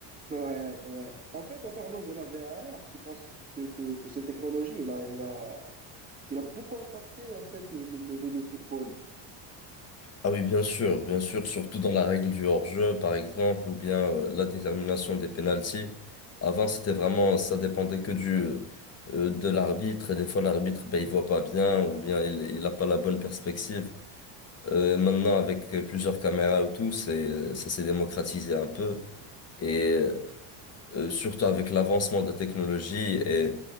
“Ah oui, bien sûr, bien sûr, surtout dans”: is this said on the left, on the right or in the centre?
Left